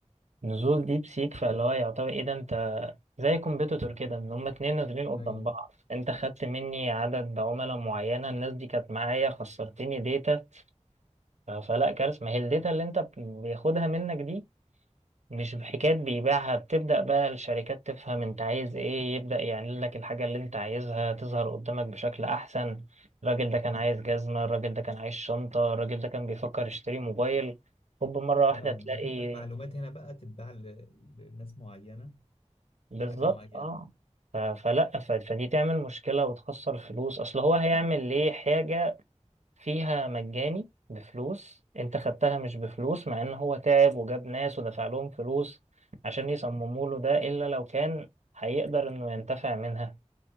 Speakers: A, on the right; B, on the left.
A: نزول ديب سيك فاللي هو يعتبر إيه ده أنت زي كومبيتيتور كده إن هما اتنين نازلين قدام
B: ايوه
A: بعض أنت خدت مني عدد عملاء معينة الناس دي كانت معايا خسرتني داتا ف- فلا كارثة ما هي الداتا اللي أنت بياخدها منك دي مش بحكاية بيبيعها بتبدأ بقى الشركات تفهم انت عايز ايه يبدأ يعمل لك الحاجة اللي انت عايزها تظهر قدامك بشكل احسن الراجل ده كان عايز جزمة الراجل ده كان عايز شنطة الراجل ده كان بيفكر يشتري موبايل هوب مرة واحدة
B: اه
A: تلاقي
B: بتبقى المعلومات هنا بقى تتباع ل- لناس معينه
A: بالظبط
B: بحاجه معينه
A: اه ف- فلا ف- فدي تعمل مشكلة وتخسر فلوس اصل هو هيعمل ليه حاجة فيها مجاني بفلوس انت خدتها مش بفلوس مع ان هو تعب وجاب ناس ودفع لهم فلوس عشان يصمموا له ده الا لو كان هيقدر انه ينتفع منها